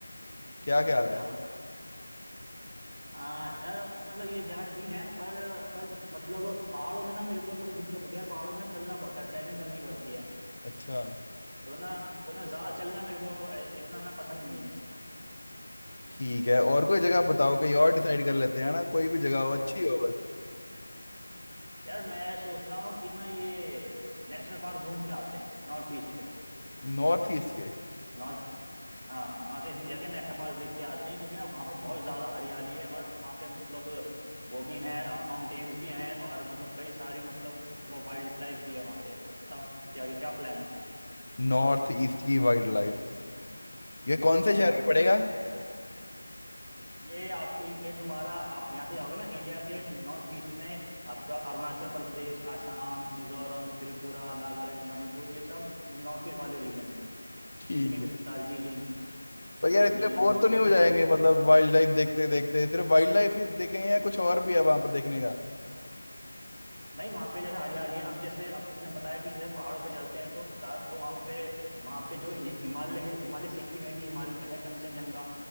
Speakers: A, on the left; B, on the right.
A: क्या ख्याल
B: अच्छा
A: है
B: हाँ यार मतलब ये जगह ठीक है पर पर मतलब पहाड़ों में ना मेरे को थोड़ी दिक्कत होती है यार पहाड़ों में ना चलना पड़ता है ट्रैकिंग करनी पड़ती है
A: अच्छा
B: तो ना तो ना ज्यादा चलना मेरे को ए- इतना ना पसंद नहीं है
A: ठीक है और कोई जगह बताओ कहीं और
B: हाँ
A: डिसाइड कर लेते हैं ना कोई भी जगह हो अच्छी
B: हाँ
A: हो बस
B: यार मैं सोच रहा हूँ कि ना ये नेशनल पार्क घूम के आते हैं नॉर्थ ईस्ट के
A: नॉर्थ ईस्ट के
B: नॉर्थ हाँ नॉर्थ ईस्ट इंडिया के नेशनल पार्क देख के आते हैं क्योंकि ना वहाँ पे बहुत ज्यादा हरियाली है और वहाँ पे मतलब वो भी हैं फाउंटेन्स भी हैं और मतलब कई सारी मतलब वो वाइल्ड लाइफ भी है वहाँ पे बताओ क्या क्या प्लान है
A: नॉर्थ ईस्ट की वाइल्ड लाइफ ये कौन से
B: हाँ
A: शहर में पड़ेगा
B: ये आपके ये तुम्हारा आप यहाँ से जाओगे ना इंडिया के नॉर्थ ईस्ट में आपका अरुणाचल प्रदेश आसाम मिजोरम त्रिपुरा नागालैंड मणिपुर ये सब नॉर्थ ईस्ट वाले रीजन है
A: ठीक
B: सिक्किम
A: है
B: दार्जिलिंग
A: पर यार
B: दार्जिलिंग
A: इसमें बोर
B: इसमें
A: तो नहीं हो
B: चलते
A: जाएंगे
B: हो ये-
A: मतलब
B: हाँ।
A: वाइल्ड लाइफ देखते देखते सिर्फ वाइल्ड लाइफ ही देखेंगे या कुछ और भी है वहां पर देखने का
B: नहीं वहाँ पे जैसे हरियाली है अब जैसे अब तुमने बताया कि जैसे पहाड़ों पे चलते हैं तो दा, तो वहाँ पे वहाँ पे जो हि- हिमालय है हिमालय सिक्किम में भी हिमालय है कंचनजंगा